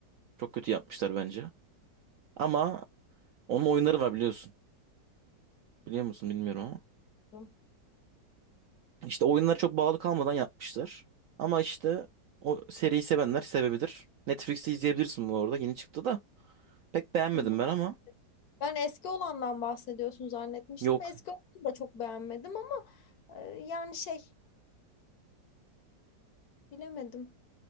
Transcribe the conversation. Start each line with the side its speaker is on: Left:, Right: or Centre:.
Right: çok kötü yapmışlar bence. Ama onun oyunları var biliyorsun. Biliyor musun bilmiyorum ama.
Left: Unuttum.
Right: İşte oyunlar çok bağlı kalmadan yapmışlar. Ama işte o seriyi sevenler sevebilir. Netflix'te izleyebilirsin bu arada. Yeni çıktı da. Pek beğenmedim
Left: Bir bak-
Right: ben ama.
Left: Ben eski olandan bahsediyorsun zannetmiştim.
Right: Yok.
Left: Eski olanı da çok beğenmedim ama e, yani şey bilemedim.